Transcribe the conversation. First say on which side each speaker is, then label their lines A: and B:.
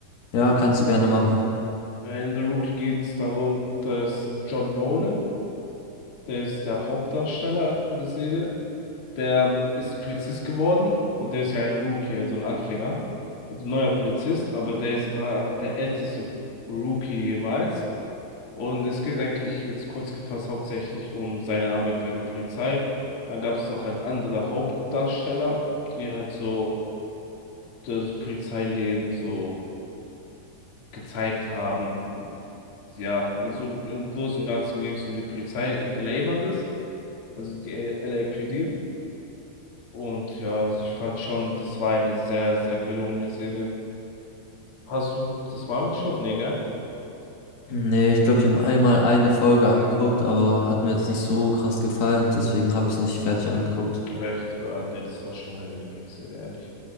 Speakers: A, on the left (about 70°); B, on the left (about 45°).
A: Ja, kannst du gerne machen.
B: Äh, In The Rookie geht es darum, dass John Nolan, der ist der Hauptdarsteller in der Serie, der ist Polizist geworden und der ist ja ein Rookie, also ein Anfänger, also ein neuer Polizist, aber der ist, war halt der älteste Rookie jemals. Und es geht eigentlich jetzt kurz gefasst hauptsächlich um seine Arbeit bei der Polizei. Dann gab es noch halt andere Hauptdarsteller, die halt so das Polizeileben so gezeigt haben. Ja, also im Großen und Ganzen ging es um die Polizei. In LA war das, also die LAPD. Und ja, also ich fand schon, das war eine sehr, sehr gelungene Serie. Hast du das mal angeschaut? Nee, gell?
A: Nee, ich glaube, ich habe einmal eine Folge angeguckt, aber hat mir jetzt nicht so krass gefallen. Deswegen habe ich es nicht fertig angeguckt.
B: Echt? Ah, nee, das war schon meine Lieblingsserie, ehrlich.